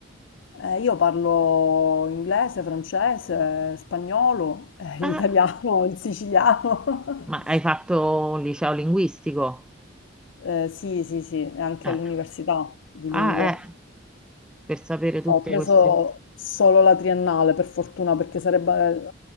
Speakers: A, on the left; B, in the centre.
A: Eh, io parlo inglese, francese, spagnolo, <laughs> eh,
B: Eh,
A: l'italiano, il siciliano.
B: ma
A: <laughs>
B: hai fatto un liceo linguistico?
A: Eh, sì, sì, sì, e anche
B: Eh,
A: all'università di
B: Ah,
A: lingue.
B: eh, per sapere tutte
A: Ho preso
B: queste...
A: solo la triennale, per fortuna, perché sarebbe,